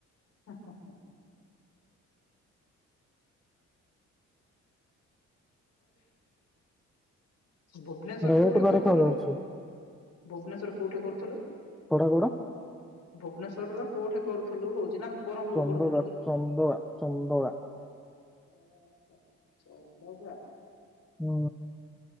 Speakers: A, on the left (about 55°); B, in the centre.
A: ହ ହ ହ ହଁ। ଭୁବନେଶ୍ଵର
B: ରେଟ୍
A: କୋଉଠି
B: ଭାରି
A: କରୁଥିଲୁ ରେ
B: ଅଛି
A: ଭୁବନେଶ୍ଵର କୋଉଠି କରୁଥିଲୁ?
B: କୋଡା କୋଡା
A: ଭୁବନେଶ୍ୱର୍ ର କୋଉଠି କରୁଥିଲୁ କହୁଛି ନା ବ୍ରହ୍ମପୁର
B: ଚନ୍ଦକା
A: କରୁଥିଲୁ କି?
B: ଚନ୍ଦକା ଚନ୍ଦକା
A: ଓହୋ ସନ୍ତବ
B: ଓ